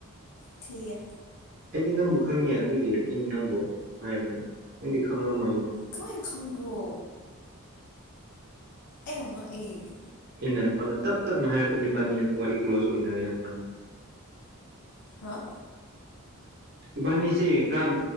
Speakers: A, on the left; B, on the right.
A: ꯊꯤꯌꯦ
B: ꯑꯩꯗꯤ ꯅꯪꯕꯨ ꯈꯪꯉꯦ ꯑꯗꯨꯒꯤ ꯑꯩ ꯅꯪꯕꯨ ꯍꯥꯏꯕꯅꯦ ꯅꯪꯗꯤ ꯈꯪꯉꯝꯃꯣꯏꯉꯣ
A: ꯀꯃꯥꯏ ꯈꯪꯕ꯭ꯔꯣ ꯑꯩꯌꯥꯝ ꯉꯛꯑꯦ
B: ꯑꯩꯅ ꯀꯣꯟꯅ ꯇꯞ ꯇꯞꯅ ꯍꯥꯏꯔꯛꯀꯅꯤꯕꯥꯅꯤ ꯋꯥꯔꯤ ꯀ꯭ꯂꯣꯖ ꯑꯣꯏꯅꯔꯦ ꯃꯕꯅꯤ꯫
A: ꯍꯥ
B: ꯏꯕꯥꯅꯤꯁꯦ ꯈꯔ